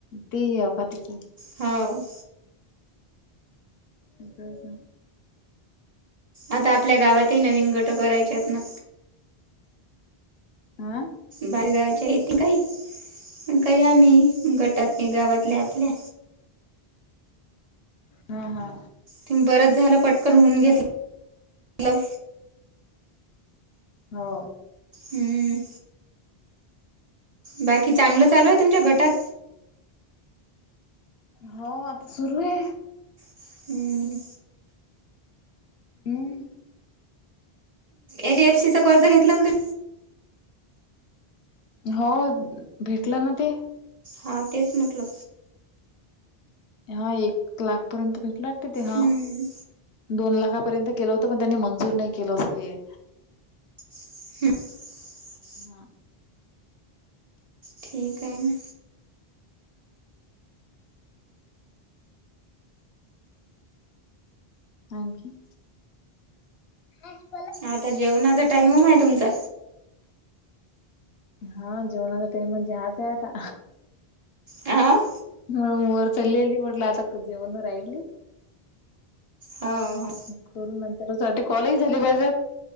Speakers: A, on the left; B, on the right.
A: तेही एकातचे.
B: हा.
A: अ <unintelligible>
B: आता आपल्या गावातही नवीन गटक करायचेत ना.
A: अ.
B: बाारगावच्यायेत काही. काही आम्ही गटात गावातल्या आपल्या.
A: हा हा.
B: तुम्ही बरंच झालं पटकन होऊन घेतलं.
A: हो.
B: हम्म. बाकी चांगलं चालूये तुमच्या गटात?
A: हो आता सुरूये.
B: हम्म हम्म.
A: हम्म.
B: ए डी एफ सी च कर्ज घेतला तुम्ही?
A: हो भेटलं ना ते.
B: हा तेच म्हटलं.
A: हा एक लाख पर्यंत भेटला वाटत ते. हा.
B: हम्म.
A: दोन लाखापर्यंत केलं होतं पण त्यांनी मंजूर नाही केलं असय.
B: हम.
A: हा.
B: ठीक आहे ना.
A: थाम की. अस <unintelligible>
B: आता जेवणाचा टाईम ओ माय तुमचा?
A: हा जेवणाचा टईम म्हणजे हाचे आता.
B: हां
A: ह वर चललेली म्हणल आता <unintelligible> न राहीले.
B: हो हो
A: खर नंतर असं वाटतं कॉलज झाले बज